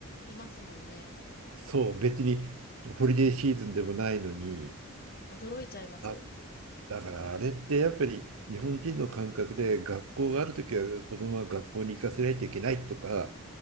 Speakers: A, on the left (about 40°); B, on the right (about 65°).
A: いますもんね。
B: そう別にホリデーシーズンでもないのに、
A: 驚いちゃいます。
B: あだからあれってやっぱり日本人の感覚で学校があるときは子供は学校に行かせないといけないとか、